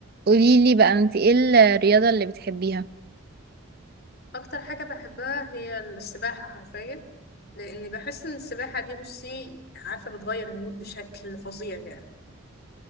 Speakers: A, on the right; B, on the left.
A: قوليلي بقى انت ايه الرياضة اللي بتحبيها
B: اكتر حاجة بحبها هي السباحة حرفيا لاني بحس ان السباحة دي بصي عارفة بتغير المود بشكل فظيع يعني